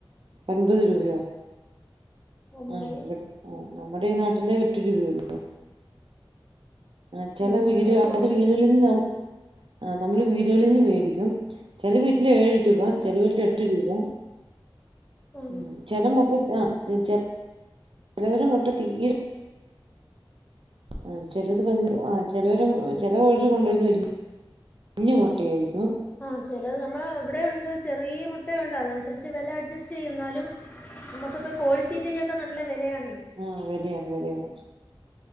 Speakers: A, on the right; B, on the left.
A: എൺമ്പത് രൂപയോ
B: ഒമ്പത്
A: ആ ഇവി നമ്മുടെ നാട്ടില് എട്ട് രൂപയൊള്ളൂ. ആ ചില
B: ഉം
A: വീട്
B: ഇവിടേക്ക്
A: അത്
B: ഒമ്പത്
A: വീടുകളിൽ നാം ആ നമ്മള് വീടുകളിൽ നിന്ന് മേടിക്കും ചെല വീട്ടില് ഏഴു രൂപ ചെല വീട്ടിൽ എട്ട് രൂപ
B: ആ
A: ഉം ചെല മുട്ട ആ ചെ ചെലവരെ മുട്ട തീരെ ആ ചിലത് വല്യ ആ ചെലര് ചെലവീട്ടിൽ കൊണ്ടു വരുന്ന വലിയ മുട്ടയാരിക്കും.
B: ആ ചെലത് നമ്മൾ അവിടെയുണ്ട് ചെറിയ മുട്ടയുണ്ട് അതനുസരിച്ച് വില അഡ്ജസ്റ്റ് ചെയ്യും എന്നാലും നമുക്കിപ്പോ കോഴിത്തീറ്റയ്ക്കൊക്കെ നല്ല വിലയാണ്.
A: ആ വെലയാണ് വെലയാണ്